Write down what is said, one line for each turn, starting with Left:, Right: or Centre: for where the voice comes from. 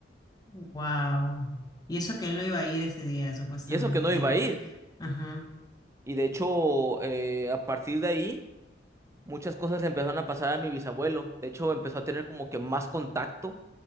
Left: wow. Y eso que él no iba a ir ese día, supuestamente.
Right: Y eso que no iba a ir.
Left: Ajá.
Right: Y de hecho, eh, a partir de ahí muchas cosas le empezaron a pasar a mi bisabuelo. De hecho, empezó a tener como que más contacto